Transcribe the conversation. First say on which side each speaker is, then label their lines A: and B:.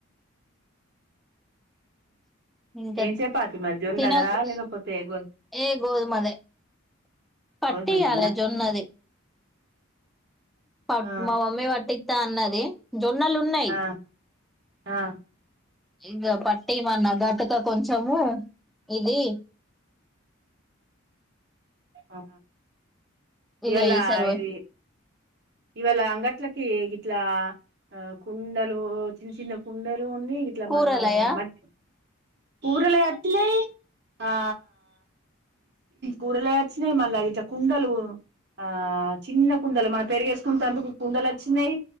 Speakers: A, in the centre; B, on the right (about 55°).
A: ఇంకా
B: ఏం చపాతి మరి జొన్నదా
A: తినకు
B: లేకపోతే గో
A: ఏ గోధుమదే పట్టియాలే
B: గోధుమదేనా
A: జొన్నది పర్
B: ఆ
A: మా మమ్మీ వటి అన్నది జోర్ న్నాలున్నాయ్
B: ఆ ఆ
A: ఇంకా పట్టిమన్నా గటుక కొంచము ఇది
B: ఆ
A: ఇగ
B: ఎలా
A: ఈసారి
B: ఇది ఇవాళ అంగట్లోకి కి ఇట్లా ఆ కుండలు చిన్న చిన్న కుండలు ఉంది ఇట్లా
A: కూరలయా
B: మన మట్ కూరలే అట్నాయ్ ఆ కూరలు వచ్చినాయి మళ్ళ కుండలు ఆ చిన్న కుండలు మనం పెరిగేసు కుంత అందుకు కుండలొచ్చి నయ్